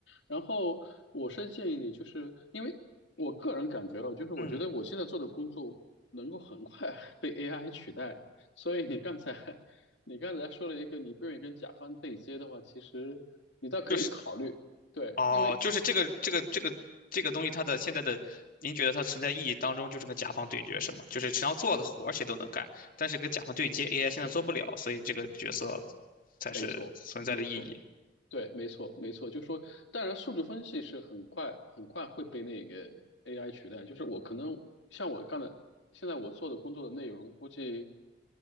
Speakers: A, on the left (about 70°); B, on the left (about 50°).
A: 然后我是建议你，就是因为我个人感觉到，就是我觉得我现在做的工作能够很快
B: 嗯，
A: <laughs> 被 AI 取代，所以你刚才 <laughs> 你刚才说了一个你不愿意跟甲方对接的话，其实你倒可以考虑。
B: 就是
A: 对，
B: 哦，
A: 因为
B: 就是这个这个这个这个东西，它的现在的，您觉得它存在意义当中就是跟甲方对决是吗？就是只要做的活儿谁都能干，但是跟甲方对接 AI 现在做不了，所以这个角色才是存在的意义。
A: 没错，没错，对，没错，没错。就说，当然，数据分析是很快很快会被那个 AI 取代。就是我可能像我干的，现在我做的工作的内容，估计